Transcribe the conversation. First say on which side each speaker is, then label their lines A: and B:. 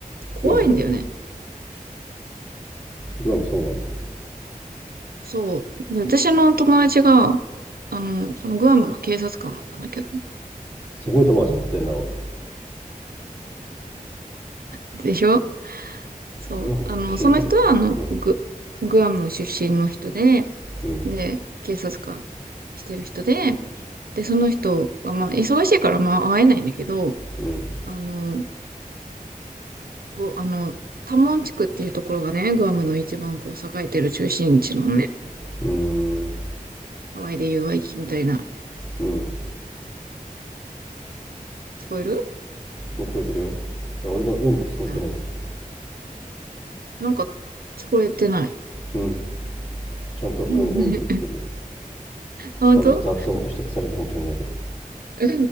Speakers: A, on the right (about 85°); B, on the left (about 55°).
A: 怖いんだよね。
B: グアムでグアムそうなんだ
A: そう。で私の友達が、あの、そのグアムの警察官なんだけど、
B: すごい友達持ってんなおい
A: でしょそう。
B: グアムの警察
A: あの、その人は、あの、
B: 官
A: グ、グアム出身の人で、
B: うんうん
A: で、警察官してる人で、で、その人が、まあ、忙しいから、まあ、会えないんだけど、
B: うん
A: あの、こう、あの、タモン地区っていうところがね、グアムの一番こう、栄えてる中心地なのね。
B: うーん
A: ハワイでいうワイキキみたいな。
B: うん
A: 聞こえる
B: 聞こえてるよ俺の「うん」って聞こえてないんだけど
A: あなんか聞こえてない。
B: うんちゃんと「うんうん」って言ってる
A: <laughs> あ本当
B: 多分雑音として消されたかもしれないけど
A: う